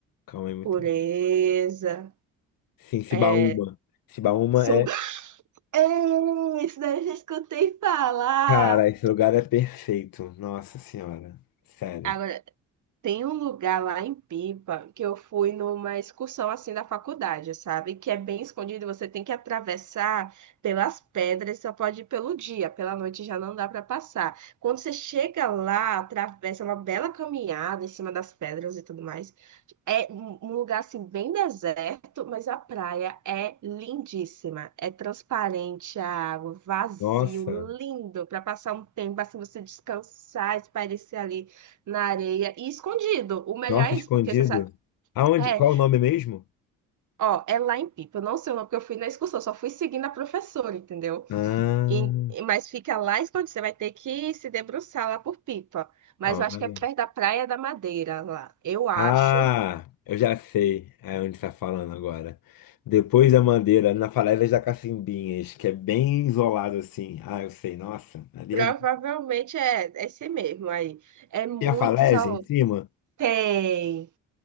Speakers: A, on the left (about 60°); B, on the right (about 50°).
A: calma aí, muito.
B: Pureza,
A: Sim, Cibaúma.
B: é.
A: Cibaúma
B: Sum...
A: é,
B: Ei, isso daí eu já escutei falar.
A: cara, esse lugar é perfeito. Nossa Senhora, sério.
B: Agora, Tem um lugar lá em Pipa que eu fui numa excursão assim da faculdade, sabe? Que é bem escondido, você tem que atravessar pelas pedras, só pode ir pelo dia, pela noite já não dá para passar. Quando você chega lá, atravessa uma bela caminhada em cima das pedras e tudo mais. É um um lugar assim bem deserto, mas a praia é lindíssima. É transparente a água, vazio,
A: Nossa,
B: lindo para passar um tempo assim você descansar, espairecer ali na areia e escondido. O melhor
A: nossa,
B: é
A: escondido.
B: isso, porque você sabe.
A: Aonde?
B: É,
A: Qual é o nome mesmo?
B: ó, é lá em Pipa. Eu não sei o nome, porque eu fui na excursão, só fui seguindo a professora, entendeu?
A: Ah,
B: E- mas fica lá escondido. Você vai ter que se debruçar lá por Pipa. Mas
A: olha.
B: eu acho que é perto da Praia da Madeira lá. Eu acho.
A: Ah, eu já sei é onde está falando agora. Depois da Mandeira, na Falésias da Cacimbinhas, que é bem isolado assim. Ah, eu sei, nossa. Ali
B: Provavelmente
A: é-
B: é é esse mesmo aí. É muito
A: tem a falésia
B: isolado.
A: em cima.
B: Tem.